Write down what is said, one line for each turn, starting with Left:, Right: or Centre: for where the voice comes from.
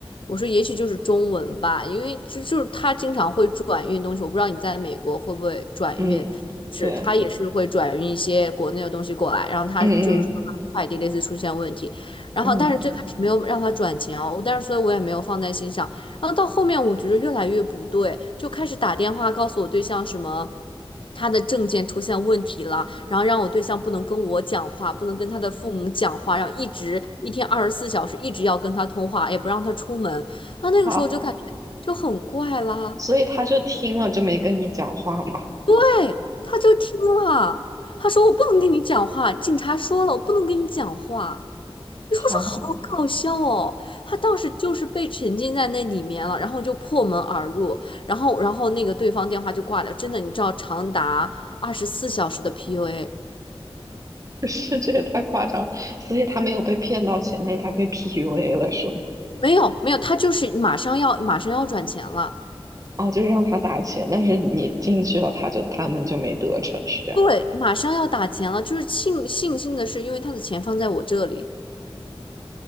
Left: 我说也许就是中文吧，因为就就是他经常会转运东西，我不知道你在美国会不会转运。”是，
Right: 嗯，对，
Left: 他也是会转运一些国内的东西过来，然后他就是说他快递类似出现问题，
Right: 嗯嗯
Left: 然后但是最开始没有让他转钱哦，
Right: 嗯，
Left: 但是所以我也没有放在心上，然后到后面我觉得越来越不对，就开始打电话告诉我对象什么。他的证件出现问题了，然后让我对象不能跟我讲话，不能跟他的父母讲话，然后一直一天二十四小时一直要跟他通话，也不让他出门，然后那个时候我就感觉就很怪啦。
Right: 好，所以他就听了就没跟你讲话嘛。
Left: 对，他就听了，他说我不能跟你讲话，警察说了我不能跟你讲话。你说这好搞笑哦！
Right: 好。
Left: 他当时就是被沉浸在那里面了，然后就破门而入，然后然后那个对方电话就挂掉。真的，你知道长达二十四小时的 PUA，
Right: <laughs> 是这也太夸张，所以他没有被骗到钱，但是他被 PUA 了，是吗？
Left: 没有没有，他就是马上要马上要转钱了，
Right: 哦，就是让他打钱，但是你进去了，他就他们就没得逞，是这样吗。
Left: 对，马上要打钱了。就是庆庆幸的是，因为他的钱放在我这里，